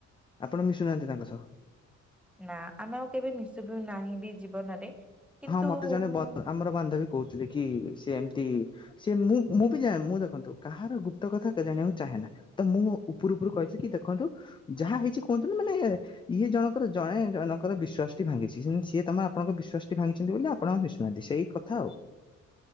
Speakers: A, on the left; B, in the centre.
A: ଆପଣ ମିଶୁନାହାନ୍ତି ତାଙ୍କ ସହ।
B: ନାଁ ଆମେ ଆଉ କେବେ ମିଶିବୁ ନାହିଁ ବି ଜୀବନରେ କିନ୍ତୁ
A: ହଁ ମତେ ଜଣେ
B: ମୁଁ
A: ବଦ ଆମର ବାନ୍ଧବୀ କହୁଥିଲେ କି ସେ ଏମତି ସେ ମୁଁ ମୁଁ ବି ଜାନ୍ ମୁଁ ଦେଖନ୍ତୁ କାହାର ଗୁପ୍ତ କଥା ଜାଣିବାକୁ ଚାହେଁନା ତ ମୁଁ ଉପରୁ ଉପରୁ କହିଚି ଦେଖନ୍ତୁ ଯାହା ହେଇଛି କୁହନ୍ତୁନି ମାନେ ଇଏ ଜଣଙ୍କର ଜଣେ ଜଣଙ୍କର ବିଶ୍ୱାସ ଟି ଭାଙ୍ଗିଛି ସିଏ ତମ ଆପଣଙ୍କ ବିଶ୍ୱାସ ଟି ଭାଙ୍ଗିଛନ୍ତି ବୋଲି ଆପଣ ଆଉ ମିଶୁନାହାନ୍ତି ସେଇ କଥା ଆଉ